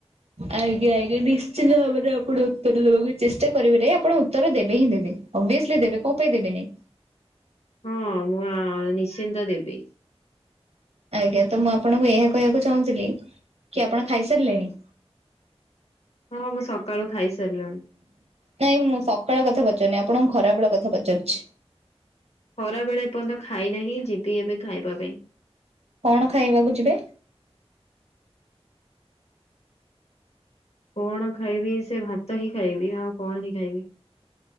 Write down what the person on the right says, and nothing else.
ଆଜ୍ଞା ଆଜ୍ଞା ନିଶ୍ଚିତ ଭାବରେ ଆପଣ ଉତ୍ତର ଦେବାକୁ ଚେଷ୍ଟା କରିବେନି ଆପଣ ଉତ୍ତର ଦେବେ ହିଁ ଦେବେ। ଅଭିଅସଲି ଦେବେ କଣ ପାଇଁ ଦେବେନି?
ଆଜ୍ଞା ତ ମୁଁ ଆପଣଙ୍କୁ ଏହା କହିବାକୁ ଚାହୁଁଥିଲି କି ଆପଣ ଖାଇସାରିଲେଣି?
ନାଇଁ ମୁଁ ସକାଳ କଥା ପଚାରୁନି। ଆପଣଙ୍କୁ ଖରା ବେଳ କଥା ପଚାରୁଛି।
କଣ ଖାଇବାକୁ ଯିବେ?